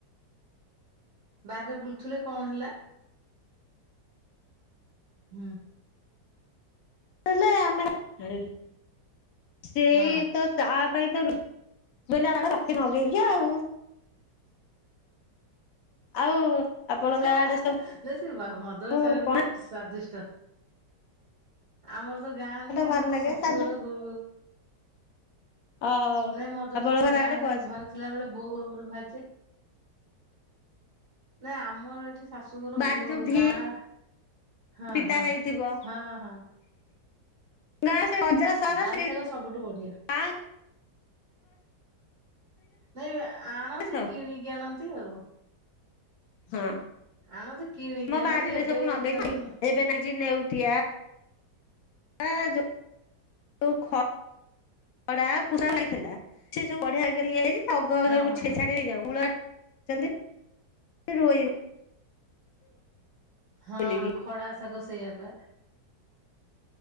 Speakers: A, on the right; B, on the left.
A: ବାରରେ ବୁଲୁଥିଲେ କଣ ହେଲା? ହୁଁ।
B: ଲେ ଆମେ ଏ ସେଇ
A: ହଁ
B: ତ ତା ପାଇଁ ତ ବୋଇିଲ ଆମ ରଖି ନଗେଇକି ଆଉ। ଆଉ? ଆପଣଙ୍କ
A: ହା
B: ଆଡେ
A: ହା ହା ଦେଶ ବା ମଧୁର
B: ସବୁ
A: ସାଗର
B: କଣ
A: ଭାଇ ସ୍ଵାଦିଷ୍ଟ। ଆମର ତ ଗାଁ ନାହିଁ
B: ଭଲ
A: ଆମର
B: ଲାଗେ
A: ତ ଶାଶୁଘର
B: ତା
A: ଗୋ
B: ଓହୋ
A: ନାଇଁ ମଦରସ
B: ଆପଣ
A: ଆମ
B: ଘର
A: ଗାଁରେ
B: ଆଡେ ବସ୍
A: ଘରେ ଥିଲା ବେଳେ ବୋଉଆମର ଭାଜେ ନା ଆମର ଏଠି ଶାଶୁଘର
B: ବାରି
A: ଗୁ
B: ଯୋଉ ଭି
A: ଗାଁ ହଁ
B: ପିତା
A: ହଁ
B: ହେଇଥିବ,
A: ହଁ ହଁ
B: ଗାଁ ସେ ବଜାର ସହର
A: ବାରି
B: ସେ
A: ଶାଗ ସବୁଠୁ ବଢିଆ।
B: ଗାଁ
A: ନାଇଁ ଆଣନ୍ତି
B: ସବୁ
A: କିଣିକି ଆଣନ୍ତି ଆଉ।
B: ହୁଁ
A: ଆଣନ୍ତି କିଣିକି
B: ମୋ
A: ଆଣନ୍ତି
B: ବାରିରେ
A: ଏବେ
B: ସବୁ ନଗେଇଚି,
A: ସେ ଆମ ହଁ
B: ଏବେ ନାଇଚି ନେଉଟିଆ। ହଁ ଯ ଉ ଖ ଖଡ଼ା ପୁରା ହେଇଥିଲା ସେ ଯୋଉ ବଢିଆ କି ଇଏ ହେଇଚି। ଅଗ
A: ହଁ
B: ସବୁ
A: ହଁ
B: ଛ
A: ହଁ
B: ଛାଡି ହେଇଯାଉ ମୂଳ ଚନ୍ତି ରୋଇ
A: ହଁ
B: ବୋଲିକି
A: ହଁ ଖଳା ସାଗ ସେଇଆ ପା।